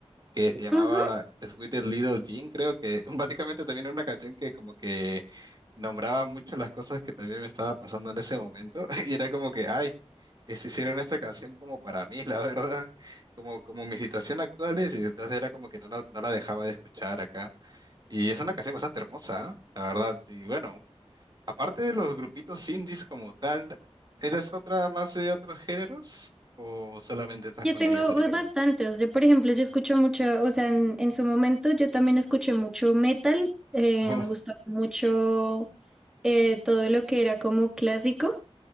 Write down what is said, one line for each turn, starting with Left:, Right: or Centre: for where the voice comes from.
Right: que se llamaba
Centre: Ujú.
Right: Sweet Little Jean, creo que <laughs> básicamente también era una canción que como que nombraba mucho las cosas que también me estaba pasando en ese momento <laughs> y era como que, ay, es- hicieron esta canción como para mí, <laughs> la verdad, como, como mi situación actual es y entonces era como que no la, no la dejaba de escuchar acá. Y es una canción bastante hermosa, ¿ah? la verdad. Y bueno, aparte de los grupitos indies como tal, ¿eres otra más de otros géneros o solamente estás
Centre: Yo
Right: con
Centre: tengo
Right: ellos ahorita?
Centre: pues, bastantes. Yo, por ejemplo, yo escucho mucho, o sea, en, en su momento yo también escuché mucho metal. eh,
Right: Oh,
Centre: me gustaba mucho eh, todo lo que era como clásico.